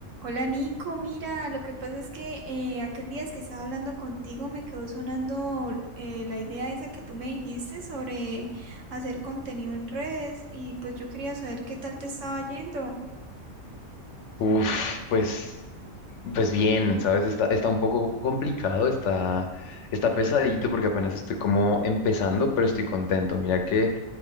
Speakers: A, on the right; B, on the left.
A: Hola Nico, mira, lo que pasa es que eh, aquel día que estaba hablando contigo me quedó sonando eh, la idea esa que tú me dijiste sobre hacer contenido en redes y pues yo quería saber qué tal te estaba yendo.
B: Uf, pues, pues bien, ¿sabes? Está, está un poco complicado, está, está pesadito porque apenas estoy como empezando, pero estoy contento. Mira que